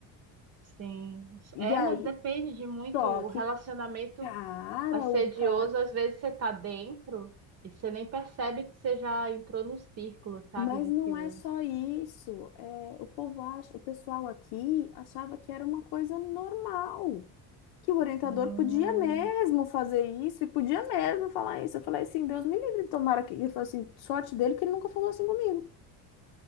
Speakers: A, on the right; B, on the left.
A: sim.
B: E
A: É,
B: aí,
A: mas depende de muito
B: Só
A: o
B: que,
A: relacionamento.
B: cara,
A: Assedioso,
B: o cara.
A: às vezes você tá dentro e você nem percebe que você já entrou no círculo, sabe,
B: Mas
A: vicioso.
B: não é só isso. É, o povo acha, o pessoal aqui achava que era uma coisa normal, que o orientador
A: Hum,
B: podia mesmo fazer isso e podia mesmo falar isso. Eu falei assim, Deus me livre, tomara que. Eu falei assim, sorte dele que ele nunca falou assim comigo.